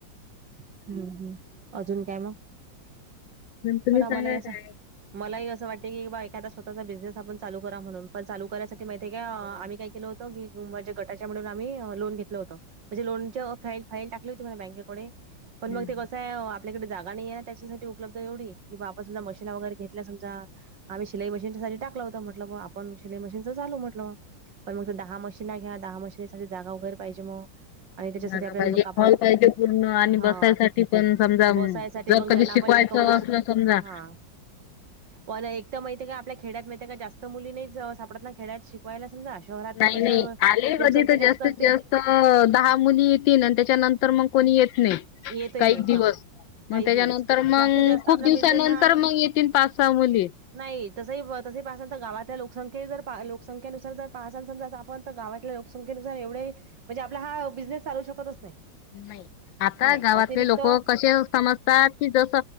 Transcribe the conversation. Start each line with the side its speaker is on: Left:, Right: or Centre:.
Right: हम्म हम्म अजून काय मग?
Left: तुम्ही
Right: पण
Left: सांगा
Right: मलाही असं
Left: काय
Right: मलाही असं वाटते की, बायकने स्व स्वतःचा बिझनेस आपण चालू करा म्हणून पण चालु करायसाठी माहितीय का आम्ही काय केलं होतो की अ माझे गटाच्या मिळून आम्ही अ लोन घेतलं होतं. म्हणजे, लोनच्या फाईल फाईल टाकली होती मने बँकेकडे पण
Left: हम्म.
Right: मग ते कसं आहे अ आ पल्याकडे जागा नाही आहे ना त्याच्यासाठी उपलब्ध एवढी क, बाबा समजा मशीना वगैरे घेतल्या समजा आम्ही शिलाई मशीनच्यासाठी टाकलं होतं म्हटलं ब आपण शिलाई मशीनंचा झालो म्हटलं, पण मग ते दहा मशी ना घ्या, दहा मशीनासाठी जागा वगैरे पाहिजे मग आणि त्याच्यासाठी
Left: जागा
Right: आपल्याला
Left: पाहिजे
Right: बघ कापड
Left: हॉल पाहिजे पूर्ण आणि
Right: हा
Left: बसायसाठी पण समजा
Right: बसायसाठी
Left: जर
Right: मग
Left: कधी
Right: ज्यांना
Left: शिकवायचं
Right: आपण शिक होणार
Left: असलं समजा
Right: हा. <unintelligible> एकट्या माहितय का आपल्या खेड्यात माहितय का जास्त मुलीनी ज सापडत ना खेळायत, शिकवायला समजा शहरात
Left: नाही,
Right: कसं
Left: नाही, आले
Right: लोकसंख्या
Left: कधी तर जास्तीत
Right: असते
Left: जास्त तर दहा मुली येतील, आणि त्याच्यानंतर मग कोणी येत नाही.
Right: येत ही
Left: काही
Right: नाही.
Left: दिवस
Right: हा काही
Left: मग त्याच्या
Right: दिवस
Left: नंतर मग,
Right: जास्तीत जास्त
Left: खूप
Right: आपला
Left: दिवसानंतर
Right: बिझनेस हा
Left: मग पाच, सहा, मुली
Right: नाही, तस तस पाहासाल, तर गावातल्या लोकसंख्य ज लोकसंखेनुसार जर पाहासाल. समजा, आपण तर गावातल्या कोल संख्येनुसार एवढे, म्हणजे आपला हा बिझनेस चालू शकतच नाही.
Left: नाही, आता
Right: नाही
Left: गावातले
Right: अतिरिक्त
Left: लोक कसे समजतात. की जस